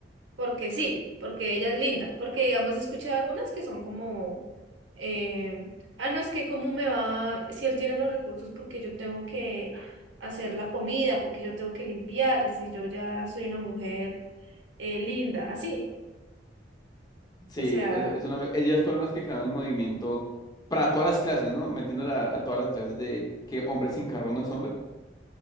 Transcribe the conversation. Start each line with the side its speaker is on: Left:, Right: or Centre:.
Right: porque sí, porque ella es linda, porque digamos he escuchado algunas que son como, eh, ah, no, es que cómo me va, si él tiene los recursos, porque yo tengo que hacer la comida, porque yo tengo que limpiar, si yo ya soy una mujer eh, linda, así,
Left: Sí,
Right: o sea,
Left: es, es una me- ellas fueron las que crearon el movimiento para todas las clases, ¿no? Metiéndola a, a todas las clases de que hombre sin carro no es hombre.